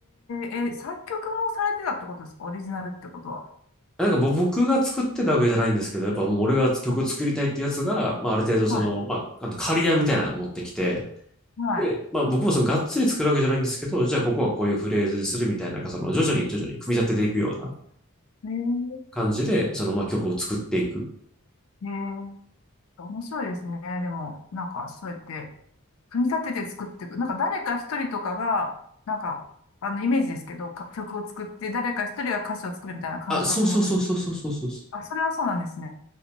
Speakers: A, on the left; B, in the centre.
A: ええ、作曲もされてたってことですかオリジナルってことは。
B: なんかもう僕が作ってたわけじゃないんですけど、やっぱもう俺が曲作りたいってやつが、
A: はい、
B: まあ、ある程度その、
A: はい、
B: まあ、あの、刈り屋みたいなの持ってきて、
A: はい。
B: で、まあ僕もそのがっつり作るわけじゃないんですけど、じゃあここはこういうフレーズにするみたいな、なんかその徐々に徐々に組み立てていくような
A: え
B: 感じで、そのまあ曲を作っていく。
A: えええ面白いですね。でも、なんか、そうやって、組み立てて作っていく。なんか誰か一人とかが、なんか、あの、イメージですけど、か曲を作って、誰か一人が歌詞を作るみたいな感じだと思ってます。
B: あ、そうそうそうそうそうそうそう。
A: あ、それはそうなんですね。